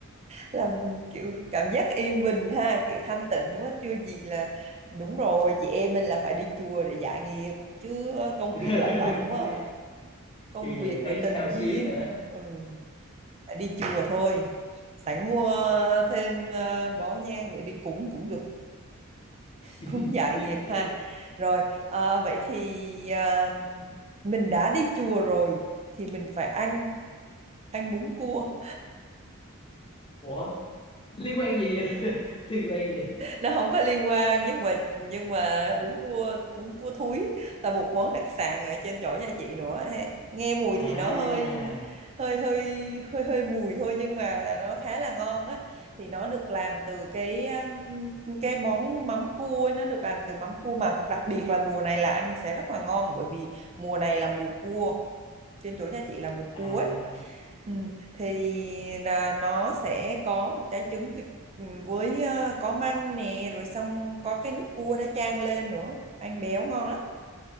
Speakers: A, on the right (about 30°); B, on the left (about 25°).
A: làm kiểu cảm giác yên bình ha, kiểu thanh tịnh quá chưa gì là đúng rồi, chị em mình là phải đi chùa để giải nghiệp chứ công
B: <laughs>
A: việc lận đận quá. à. Công
B: chưa về
A: việc
B: thấy
A: rồi
B: sao
A: tình
B: xuyến
A: duyên,
B: rồi đó
A: ừ, phải đi chùa thôi. Sẵn mua thêm ờ, bó nhang để đi cúng cũng được
B: <laughs>
A: cũng dạ nghiệp ha rồi ờ,
B: dạ
A: vậy thì ờ, mình đã đi chùa rồi thì mình phải ăn ăn bún cua
B: ủa liên quan gì vậy <laughs> liên quan gì
A: nó không có liên quan nhưng mà nhưng mà bún cua bún cua thúi là một món đặc sản ở trên chỗ nhà chị nữa nghe mùi
B: à
A: thì nó hơi hơi hơi hơi hơi mùi thôi nhưng mà nó khá là ngon á thì nó được làm từ cái um, cái món mắm cua ấy, nó được làm từ mắm cua mà đặc biệt là mùa này là ăn sẽ rất là ngon bởi vì mùa này là mùa cua trên chỗ nhà chị là mùa cua
B: à
A: ấy Ừ, thì là nó sẽ có một trái trứng vịt ừ, với ờ, có măng nè rồi xong có cái nước cua đã chan lên nữa ăn béo ngon lắm